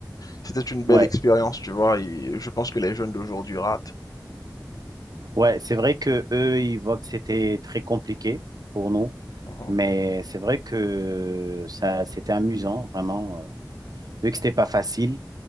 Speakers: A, on the left (about 55°); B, on the right (about 60°).
A: c'était une belle
B: Ouais.
A: expérience, tu vois, et je pense que les jeunes d'aujourd'hui ratent.
B: Ouais, c'est vrai que eux, ils voient que c'était très compliqué pour nous,
A: Mhm,
B: mais c'est vrai que ça, c'était amusant, vraiment. euh, Vu que c'était pas facile,